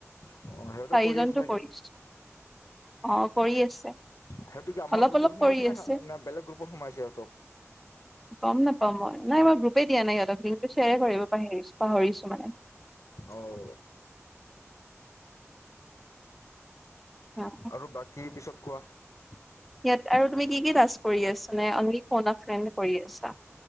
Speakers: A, on the left (about 75°); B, in the centre.
A: অ' সেহতেওঁ
B: চাৰিজনতো
A: কৰি আছে চাগে?
B: কৰিছো অ কৰি আছে,
A: সিহঁতো কি আমাৰ
B: অলপ
A: গ্ৰুপত
B: অলপ
A: সোমাইছে
B: কৰি
A: না
B: আছে।
A: না বেলেগ গ্ৰুপত সোমাইছে সিহঁতক
B: গম নাপাওঁ মই নাই মই গ্ৰুপেই দিয়া নাই সিহতক লিংক টো চে। চেয়াৰ কৰিব পাহিৰিছো পাহৰিছো মানে।
A: অও।
B: অ
A: আৰু বাকী পিছত। কোৱাহ?
B: ইয়াত আৰু তুমি কি কি টাস্ক কৰি আছা? নে অনলি ফোন এ ফ্ৰেণ্ড কৰি আছা?